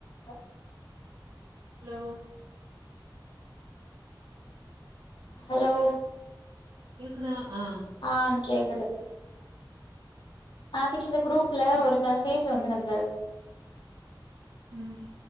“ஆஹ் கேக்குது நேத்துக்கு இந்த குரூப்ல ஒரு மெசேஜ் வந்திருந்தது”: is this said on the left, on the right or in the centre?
Left